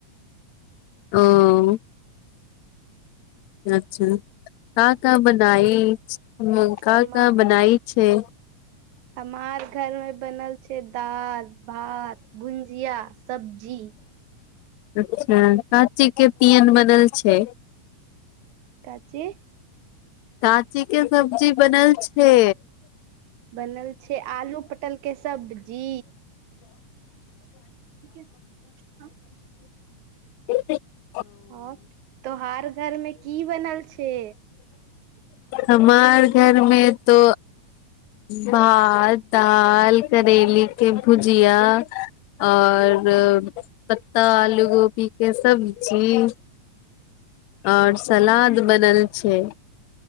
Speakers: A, on the left; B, on the right.
A: ओ अच्छा का का बनाई मकौ
B: हमार
A: का बनाई छै
B: हमार घर मे बनल छे दाल भात भुंजिया सब्जी
A: अच्छा काचीके तियन बनल छै
B: काची
A: काँची के सब्जी बनल छै
B: बनल छै आलू पटल के सब्जी ठीके हँ
A: एकत <inaudible>
B: हँ तोहार घरमे की बनल छै
A: हमार घर मे तो भात दाल करेले के भुजिया और पत्ता आलू गोभी के सब्जी और सलाद बनल छै